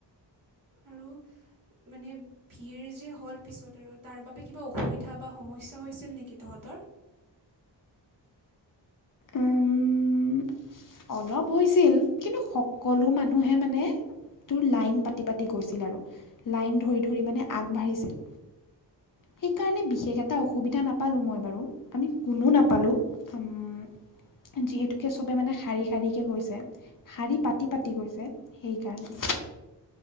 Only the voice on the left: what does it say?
উম', অলপ হৈছিল, কিন্তু সকলো মানুহে মানে তোৰ লাইন পাতি পাতি গৈছিল আৰু, লাইন ধৰি ধৰি মানে আগবাঢ়িছিল। সেইকাৰণে বিশেষ এটা অসুবিধা নাপালোঁ মই বাৰু, আমি কোনো নাপালোঁ। উম। যিহেতুকে চবে মানে শাৰী শাৰীকৈ গৈছে, শাৰী পাতি পাতি গৈছে সেইকাৰণে।